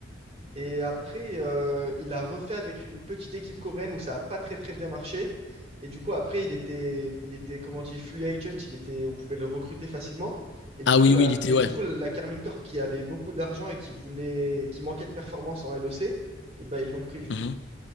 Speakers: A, on the right (about 35°); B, on the left (about 70°).
A: et après, euh, il a refait avec une petite équipe coréenne où ça n'a pas très très bien marché. Et du coup, après, il était, il était comment dire, free agent, il était, on pouvait le recruter facilement. Et du
B: Ah
A: coup,
B: oui
A: la,
B: oui, il était
A: et
B: ouais.
A: du coup, la Carmine Corp qui avait beaucoup d'argent et qui voulait, qui manquait de performance en LEC, et ben, ils l'ont pris du
B: Mmh.
A: coup.